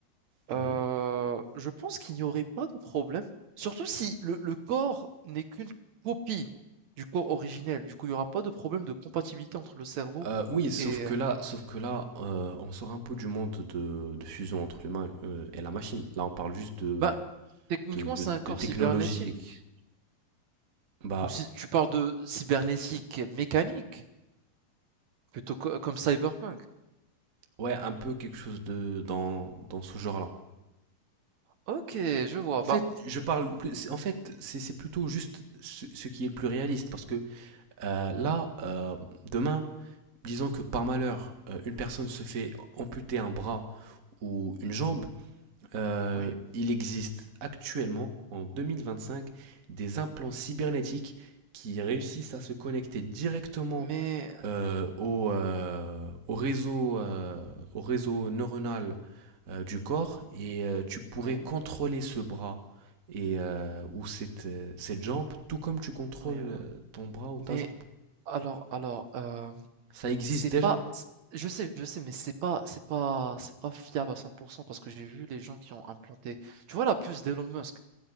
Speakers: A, on the right (about 80°); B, on the right (about 65°).
A: Mhm.
B: Heu, je pense qu'il n'y aurait pas de problème, surtout si le le corps n'est qu'une copie du corps originel. Du coup, il n'y aura pas de problème de compatibilité entre le cerveau
A: Euh, oui, sauf
B: et
A: que
B: heu,
A: là, sauf que là, euh, on sort un peu du monde de, de fusion entre l'humain euh, et la machine. Là, on parle juste de,
B: bah, techniquement,
A: de, de,
B: c'est un corps
A: de technologie.
B: cybernétique
A: Bah,
B: ou si tu parles de cybernétique mécanique plutôt co comme Cyberpunk.
A: ouais, un peu quelque chose de dans, dans ce genre-là.
B: OK, je vois,
A: En fait,
B: bah,
A: je parle plus. c'est- En fait, c'est c'est plutôt juste ce, ce qui est le plus réaliste, parce que euh, là, euh, demain, disons que par malheur, euh, une personne se fait amputer un bras ou une jambe, Euh,
B: oui,
A: il existe actuellement, en 2025, des implants cybernétiques qui réussissent à se connecter directement
B: mais
A: euh, au, euh, au réseau, euh, au réseau neuronal euh, du corps et euh, tu pourrais
B: oui,
A: contrôler ce bras et, euh, ou cette, euh, cette jambe tout comme tu contrôles
B: oui, oui,
A: euh,
B: oui,
A: ton bras ou
B: mais
A: ta jambe.
B: alors alors, heu
A: Ça existe
B: C'est
A: déjà.
B: pas c je sais, je sais, mais c'est pas c'est pas c'est pas fiable à cent pour cent parce que j'ai vu les gens qui ont implanté tu vois la puce d'Elon Musk?